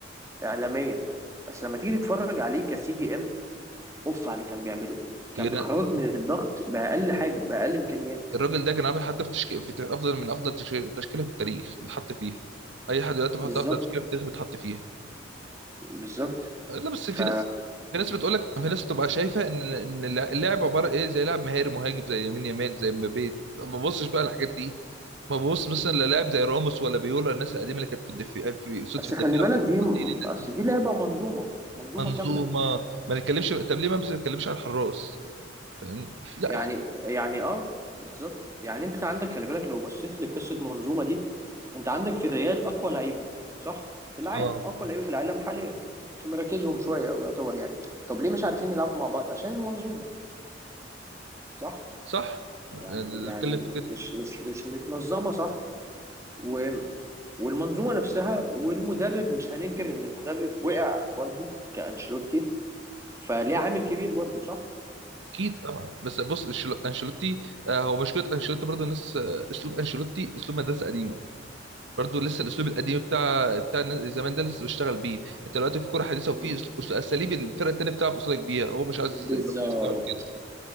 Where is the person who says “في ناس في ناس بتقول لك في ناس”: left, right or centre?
Right